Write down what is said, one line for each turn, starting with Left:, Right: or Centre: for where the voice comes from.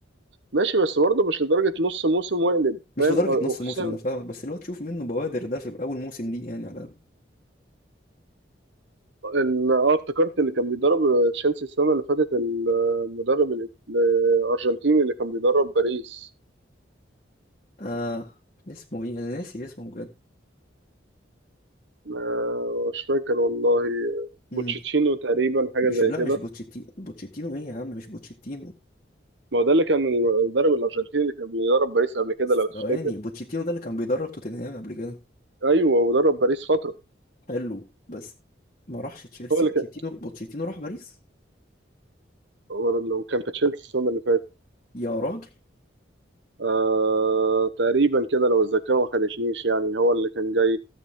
Right: ماشي بس برضه مش لدرجة نص موسم ويقلب
Left: مش
Right: فاهم
Left: لدرجة
Right: وخصوصا
Left: نص موسم أنا فاهمك بس اللي هو تشوف منه بوادر ده في أول موسم ليه يعني على الأقل
Right: ال- اه افتكرت اللي كان بيدرب آه، تشيلسي السنة اللي فاتت المدرب ال- الأرجنتيني اللي كان بيدرب باريس
Left: آه اسمه إيه أنا ناسي اسمه بجد
Right: آه، مش فاكر والله
Left: مم.
Right: بوتشيتشينو تقريبا حاجة
Left: مش
Right: زي
Left: لا
Right: كده
Left: مش بوتشيتينو بوتشيتينو ايه يا عم مش بوتشيتينو
Right: ما هو ده اللي كان المدرب الأرجنتيني اللي كان بيدرب باريس قبل كده لو
Left: ثواني
Right: تفتكر
Left: بوتشيتينو ده اللي كان بيدرب توتنهام قبل كده
Right: ايوه ودرب باريس فتره
Left: حلو بس ما راحش تشيلسي
Right: هو اللي
Left: بوتشيتينو
Right: كان
Left: بوتشيتينو راح باريس
Right: هو لو كان في تشيلسي السنه اللي فاتت
Left: يا راجل
Right: آه تقريبا كده لو الذاكره ما خدتنيش يعني هو اللي كان جاي